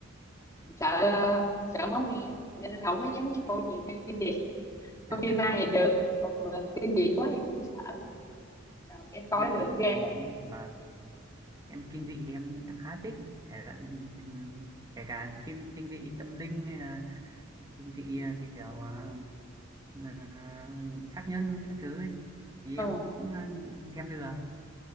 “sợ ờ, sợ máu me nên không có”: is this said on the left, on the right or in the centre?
Left